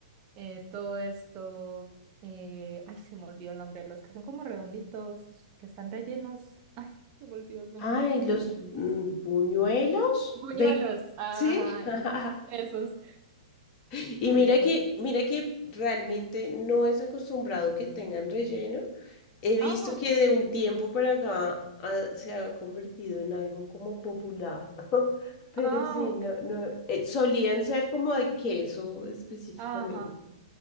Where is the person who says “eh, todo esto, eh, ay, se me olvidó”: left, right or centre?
Right